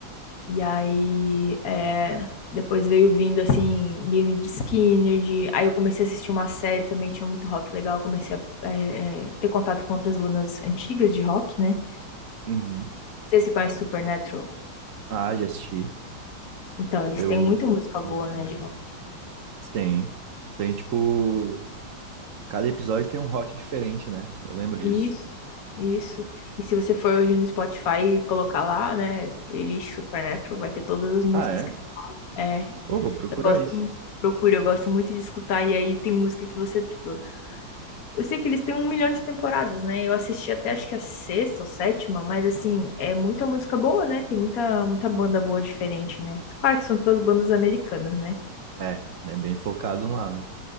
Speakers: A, on the left; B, on the right.
A: E aí, é, depois veio vindo, assim, Lynyrd Skynyrd. Aí eu comecei a assistir uma série também que tinha muito rock legal. Comecei a é, é, ter contato com outras bandas antigas de rock, né? Não
B: Uhum.
A: sei se você conhece Supernatural.
B: Ah, já assisti.
A: Então, eles
B: Eu.
A: têm muita música boa,
B: Uhum.
A: né, de rock.
B: Tem. Tem, tipo. Cada episódio tem um rock diferente, né? Eu lembro disso.
A: Isso, isso. E se você for hoje no Spotify e colocar lá, né, playlist Supernatural, vai ter todas as músicas
B: Ah, é?
A: que é,
B: Ô, vou procurar
A: eu gosto
B: isso.
A: muito, procura, eu gosto muito de escutar e aí tem música que você, tipo, eu sei que eles têm um milhão de temporadas, né? Eu assisti até acho que a sexta ou sétima, mas assim, é muita música boa, né? Tem muita
B: Uhum.
A: muita banda boa diferente, né? Claro que são todas bandas americanas, né?
B: É, é bem focado lá, né?